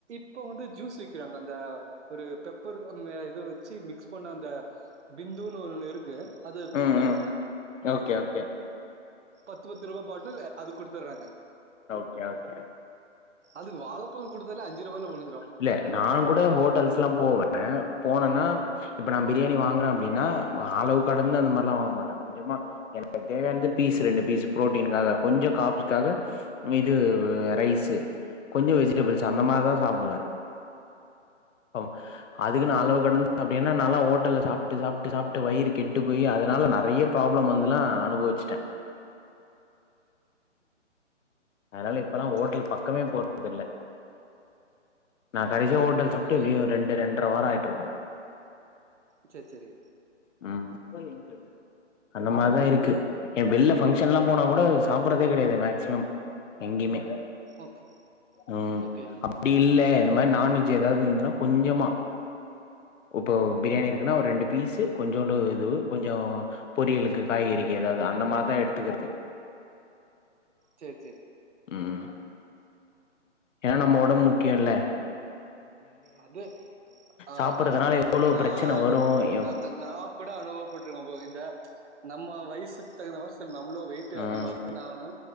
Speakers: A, on the right; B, on the left.
A: இப்போ வந்து ஜூஸ் விக்குறாங்க அந்த ஒரு பெப்பர் ம் இது வச்சு மிக்ஸ் பண்ண அந்த பிந்துன்னு ஒன்னு இருக்கு அது குடுத்துற்றாங்க
B: ம் ம் ஓகே ஓகே
A: பத்து பத்து ரூவா பாட்டுல் அது குடுத்துற்றாங்க
B: ஓகே ஓகே
A: அதுக்கு வாழபழ குடுத்தாலே அஞ்சு ரூவால ஒரு
B: இல்ல நாகூட ஹோட்டல்ஸ்லா போவே ன போனனா இப்ப நா பிரியாணி வாங்கற அப்டினா அளவு கடந்து அந்த மாரிலாம் வாங்க மாட்ட கொஞ்சமா எனக்கு தேவையானது பீஸ் ரெண்டு பீஸ் பு்ரோட்டீன்காக கொஞ்ச கார்ப்ஸ் காக இது ரைஸு கொஞ்ச வெஜிடபிள்ஸ் அந்த மாரிதா சாப்புடுவ ஆமா அதுக்குன்னு அளவ் வர்னன் அப்பிடினா நால்லா ஓட்டல்ல சாப் ட்டு சாப்புட்டு சாப்புட்டு வயிறு கெட்டு போய் அதனால நறைய ப்ராப்ளம் வந்துல்லா அனுபவிச்சுட்ட அதனால இப்பல்லாம் ஹோட்டல்
A: சரி, சரி.
B: பக்கமே போறதில்ல நா கடைசியா ஓட்டல் சாப்புட்டு
A: அது
B: எப்பிடியு ரெண்டு ரெண்டர வாரம் ஆயி ட்டுருக்கோம்
A: செரி செரி
B: ஆக மொத்தம் ஊர்ல இல்ல அந்த மாரிதா இருக்கு ஏ வெளில ஃங்க்ஷன்லா போனா கூட சாப்புடறதே கெடையாது மேக்சிமம் எங்கியுமே
A: ஓகே,
B: ம்
A: ஓகே.
B: அப்டி இல்லே இந்த ம் ம் அப்பிடில்ல இந்த மாரி நான்வெஜ் ஏதாவது இருந்துன்னா கொஞ்சமா இப்போ பிரியாணி இருக்குன்னா ஒரு ரெண்டு பீஸு கொஞ்சோண்டு இது கொஞ்சம் பொரியலுக்கு காய்கறிகள் எதாவது அந்த மாரிதான் எடுத்துக்கறது
A: செரி
B: ம் ஏன்னா நம்ம ஒடம்பு முக்கியல்ல
A: அது அ
B: சாப்புறதுனால
A: அ
B: எவ்ளோ
A: நால்லா
B: பிரச்சன வரு எவ்
A: ந நா கூட அவ்வளவோ அனுபவபட்ருக்க போ இந்த நம்ம வயசுக்கு தகுந்த மாரி சா இவ்ளோ வெயிட்டு
B: ம்
A: அதிகமா இருக்கு நானா